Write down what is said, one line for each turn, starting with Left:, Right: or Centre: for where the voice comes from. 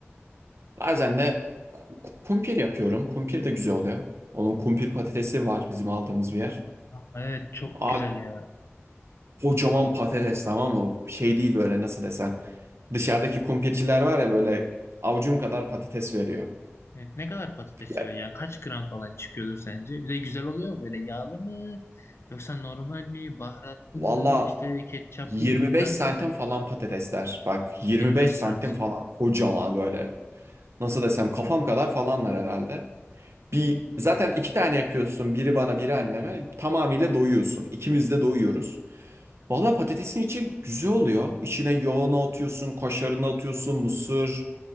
Right: Bazen de ku- kumpir yapıyorum. Kumpir de güzel oluyor. Onun kumpir patatesi var bizim aldığımız bir yer.
Left: Aa, Evet çok
Right: Abi
Left: güzel ya.
Right: kocaman patates tamam mı? Şey değil böyle nasıl desem. Dışarıdaki kumpirciler var ya böyle avucum kadar patates veriyor.
Left: Evet, ne kadar patates
Right: Ya,
Left: yiyor? Yani kaç gram falan çıkıyordur sence? Bir de güzel oluyor mu? Böyle yağlı mı? Yoksa normal mi? Baharatlı
Right: Valla
Left: mı? İşte ketçaplı
Right: 25
Left: gibi mi? Nasıl?
Right: santim falan patatesler. Bak 25
Left: 25
Right: santim
Left: santim.
Right: falan kocaman böyle. Nasıl desem kafam kadar falanlar herhalde. Bir zaten iki tane yapıyorsun. Biri bana biri anneme. Tamamıyla doyuyorsun. İkimiz de doyuyoruz. Valla patatesin içi güzel oluyor. İçine yoğunu atıyorsun, kaşarını atıyorsun, mısır.